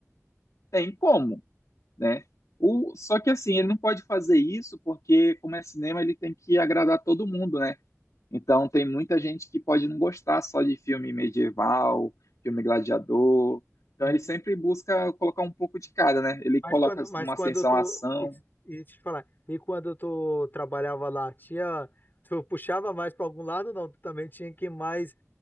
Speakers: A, on the left (about 80°); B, on the left (about 40°).
A: Tem como? né? O, só que assim, ele não pode fazer isso porque, como é cinema, ele tem que agradar todo mundo, né? Então tem muita gente que pode não gostar só de filme medieval, filme gladiador. Então
B: Uhum.
A: ele sempre busca colocar um pouco de cada, né? Ele
B: Mas
A: coloca
B: quando, mas
A: numa
B: quando
A: ascensão
B: eu tô.
A: a ação.
B: E, e deixa eu te falar, e quando eu tô, trabalhava lá, tinha. Tu puxava mais para algum lado, não. Tu também tinha que mais